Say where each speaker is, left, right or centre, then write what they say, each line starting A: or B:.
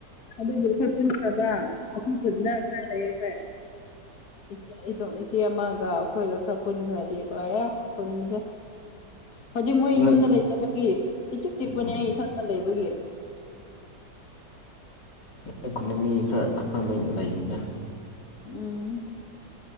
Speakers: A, on the left; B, on the left.
A: ꯑꯗꯨꯕꯨ ꯑꯈꯣꯏ ꯄꯨꯟꯈ꯭ꯔꯕ ꯑꯈꯣꯏ ꯈꯨꯟꯗ ꯈꯔ ꯂꯩꯌꯦ ꯑꯈꯣꯏ <unintelligible> ꯑ ꯏꯆꯦ ꯑꯃꯒ ꯑꯩꯈꯣꯏꯒ ꯈꯔ ꯄꯨꯟꯈ꯭ꯔꯗꯤ ꯂꯣꯏꯔꯦ ꯈꯨꯟꯖꯦ ꯍꯧꯖꯤꯛ ꯃꯣꯏ
B: ꯅꯣꯏ
A: ꯌꯨꯝꯗ ꯂꯩꯇꯕꯒꯤ ꯏꯆꯤꯛ ꯆꯤꯛꯄꯅꯦ
B: ꯎꯝ
A: ꯑꯩ ꯏꯊꯟꯗ ꯂꯩꯕꯒꯤ
B: ꯅꯣꯏ ꯈꯨꯟꯗ ꯃꯤ ꯈꯔ ꯈꯪꯕ ꯂꯩꯗ
A: ꯎꯝ